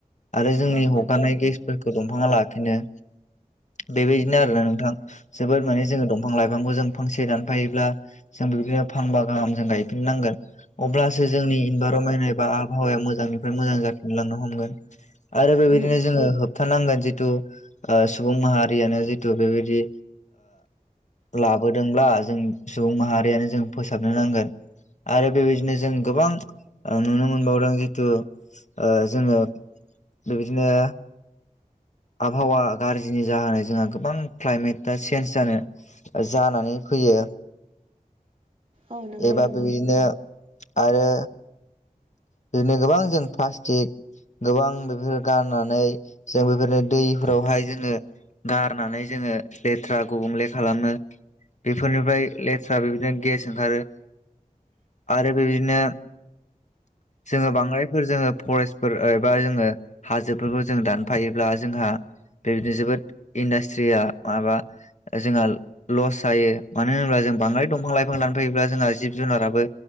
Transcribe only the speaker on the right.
औ
नंगौ नंगौ
उम।
औ नंगौ
नंगौ